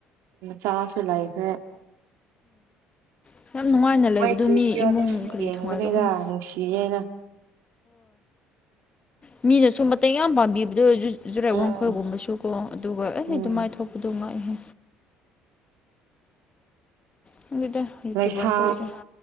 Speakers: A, on the right; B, on the left.
A: ꯆꯥꯁꯨ ꯂꯥꯏꯈ꯭ꯔꯦ
B: ꯎꯝ ꯌꯥꯝ ꯅꯨꯡꯉꯥꯏꯅ ꯂꯩꯕꯗꯣ
A: ꯃꯣꯏꯒꯤ
B: ꯃꯤ ꯏꯃꯨꯡ ꯀꯔꯤ
A: ꯌꯦꯡꯕꯅꯤꯗ
B: ꯊꯨꯡꯉꯥꯏꯕ꯭ꯔꯥ ꯈꯪ
A: ꯅꯨꯡꯁꯤꯌꯦꯦꯅ
B: ꯃꯤꯅ ꯁꯨꯝ ꯃꯇ ꯌꯥꯝ ꯄꯥꯝꯕꯤꯕꯗꯣ ꯖꯨꯔꯦꯛ
A: ꯎꯝ
B: ꯋꯥꯡꯈꯣꯏꯒꯨꯝꯕꯁꯨ ꯀꯣ ꯑꯗꯨꯒ ꯑꯩ
A: ꯎꯝ
B: ꯑꯗꯨ ꯃꯥꯏꯊꯣꯛꯄꯗꯣ ꯉꯥꯏꯍꯦ ꯈꯪꯗꯦꯗ ꯌꯨꯇ꯭ꯌꯨꯕꯔ
A: ꯂꯩꯥꯏꯁꯥ
B: ꯈꯣꯏꯁꯦ